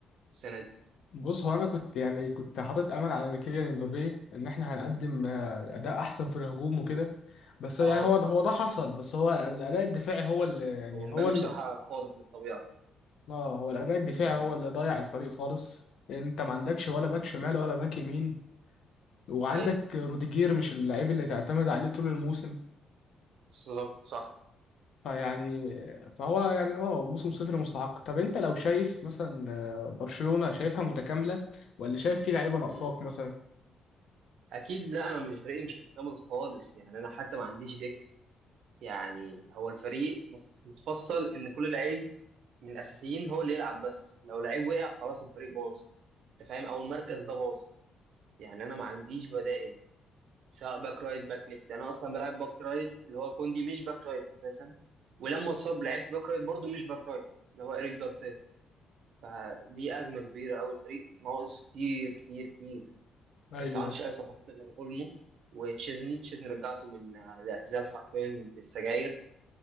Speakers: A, on the right (about 70°); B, on the left (about 65°).
A: السنة دي
B: بص هو انا كنت يعني كنت حاطط امل على ان كيليان امبابي ان احنا هنقدم آه، اداء احسن في الهجوم وكده بس يعني
A: أه
B: هو هو ده حصل بس هو الاداء الدفاعي هو اللي يعني
A: هو مبابي
B: هو ال...
A: بصراحة خارق للطبيعة
B: اه هو الاداء الدفاعي
A: امم
B: هو اللي ضيع الفريق خالص انت ما عندكش ولا باك شمال ولا باك يمين وعندك
A: أيوه
B: روديجير مش اللعيب اللي تعتمد عليه طول الموسم
A: بالظبط صح
B: فيعني فهو يعني اه موسم صفر مستحق طب انت لو شايف مثلا آه، برشلونة شايفها متكاملة ولا شايف فيه لعيبة ناقصاك
A: امم
B: مثلا
A: أكيد لا أنا مش فريقي مش متكامل خالص يعني أنا حتى ما عنديش دكة يعني هو الفريق مت- متفصل إن كل لعيب من الاساسيين هو اللي يلعب بس لو لعيب وقع خلاص الفريق باظ انت فاهم او المركز ده باظ يعني انا ما عنديش بدائل سواء باك رايت باك ليفت يعني انا اصلا بلعب باك رايت اللي هو كوندي مش باك رايت اساسا ولما اتصاب لعبت باك رايت برضه مش باك رايت اللي هو ايريك جارسيا فدي ازمه كبيره قوي الفريق ناقص كتير كتير كتير
B: ايوه
A: انت ما عندكش اي صفقات غير اولمو وتشيزني تشيزني رجعته من آه، الاعتزال حرفيا بالسجاير